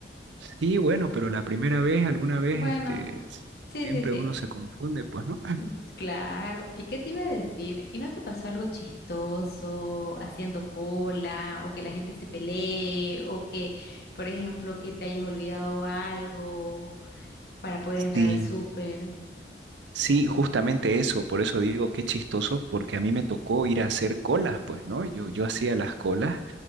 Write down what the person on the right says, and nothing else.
Sí, bueno, pero la primera vez, alguna vez,
este,
siempre
uno se confunde, pues, ¿no?
Sí,
sí, justamente eso, por eso digo qué chistoso, porque a mí me tocó ir a hacer colas, pues, ¿no? Yo, yo hacía las colas